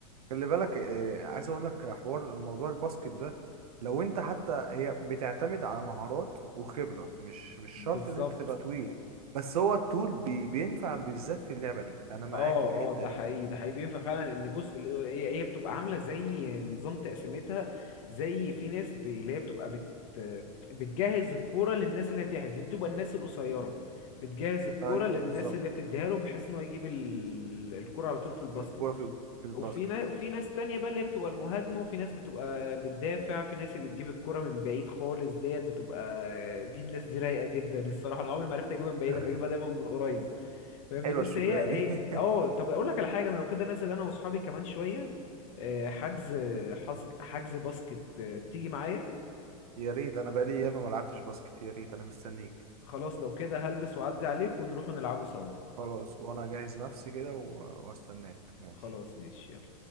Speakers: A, on the right; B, on the left.
A: خلي بالك آه، عايز اقول لك حوار موضوع الباسكت ده لو انت حتى هي بتعتمد على مهارات وخبرة مش مش شرط
B: بالظبط
A: ان انت تبقى طويل بس هو الطول بي بينفع بالذات في اللعبة دي انا معاك
B: اه
A: في الحتة
B: اه ده
A: دي
B: حقيقي ده حقيقي بينفع فعلا لان بص ال- هي هي بتبقى عامله زي نظام تقسيمتها زي في ناس ب- اللي هي بتبقى بت بتجهز الكوره للناس اللي هتحرف دي بتبقى الناس القصيره بتجهز الكوره
A: ايوه
B: للناس
A: بالظبط
B: اللي بتديها له بحيث ان هو يجيب ال- الكوره على طول في الباسكت
A: الكورة في ال- في الباسكت
B: وفي ناس وفي ناس تانية بقى اللي هي بتبقى المهاجمة وفي ناس بتبقى بتدافع في ناس اللي بتجيب الكرة من بعيد خالص ديت بتبقى دي الناس دي رايقة جدا الصراحة أنا عمري ما عرفت أجيبها من بعيد
A: <laughs>
B: أنا بجيبها دايما من قريب فاهمني
A: حلوة
B: بس
A: الشغلانة
B: هي إيه
A: دي
B: أه
A: <laughs>
B: طب أقول لك على حاجة أنا لو كده نازل أنا وأصحابي كمان شوية آه، حجز حجز حجز باسكت آه، تيجي معايا
A: يا ريت انا بقالي ياما ما لعبتش باسكت يا ريت انا مستنيك
B: خلاص لو كده هلبس وأعدي عليك ونروح نلعبه سوا
A: خلاص وانا اجهز نفسي كده و- واستناك ماشي
B: خلاص ماشي يلا